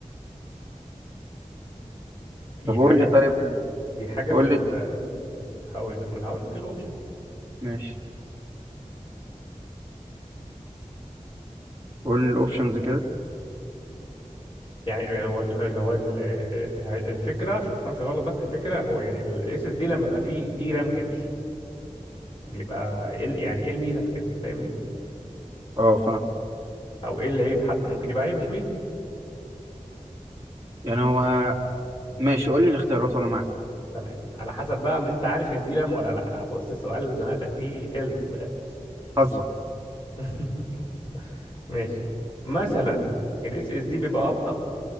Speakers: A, on the left (about 40°); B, on the right (about 20°).
A: دي
B: طب قول
A: حاجه
B: لي
A: في
B: طيب
A: دي حاجه
B: قول
A: في ال...
B: لي
A: هقول لك ما انا هقول لك الاوبشنز
B: ماشي قول لي الاوبشنز كده
A: يعني هو ال- اللي هو ال... الفكره عشان ما تفهمش غلط بس الفكره هو يعني الاس اس دي لما بقى فيه دي رام كاش بيبقى ايه ال- يعني ايه الميزه في كده فاهمني
B: اه فاهم
A: او ايه العيب حتى ممكن يبقى عيب مش ميزه
B: يعني هو ماشي قول لي الاختيارات وانا معاك
A: تمام على حسب بقى انت عارف الدي رام ولا لا بص سؤال زنقتك فيه حلو
B: حظك
A: <laughs> ماشي مثلا الاس اس دي بيبقى ابطأ